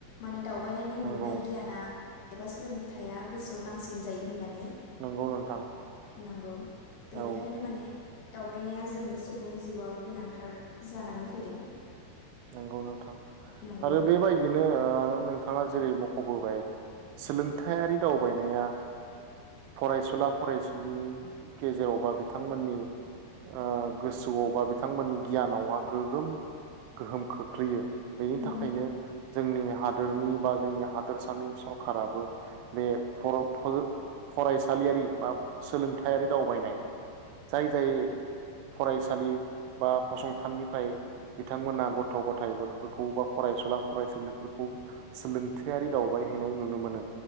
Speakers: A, on the left (about 65°); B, on the right (about 85°).
A: माने दावबायनायनि
B: नंगौ
A: मोननाय गियाना एबा सोलोंथायाइया गोसोआव नांसिन जायो होननानै
B: नंगौ नोंथां
A: नंगौ बेनिखायनो
B: औ
A: माने दावबायनाया जोंनि सुबुं जिउआव गोनांथार जानानै फैदों
B: नंगौ नोंथां
A: नंगौ
B: आरो बेबायदिनो ओ नों थाङा जेरै मख'बोबाय सोलोंथायारि दावबायनाया फरायसुला फरायसुलिनि गेजेराव बा बिथांमोननि ओ गोसोआव बा बिथांमोननि गियानावहा गोगोम गोहोम खोख्लैयो बेनि थाखायनो
A: नंगौ
B: जोंनि हादोरनि बा जोंनि हादोरसानि सरखाराबो बे फर-फरा- फरायसालियारि बा सोलोंथायारि दावबायनाय जाय जाय फरायसालि बा फसंथाननिफ्राय बिथांमोना गथ' गथायफोरखौ बा फरायसुला फरायसुलिफोरखौ सोलोंथायारि दावबायहैनाय नुनो मोनो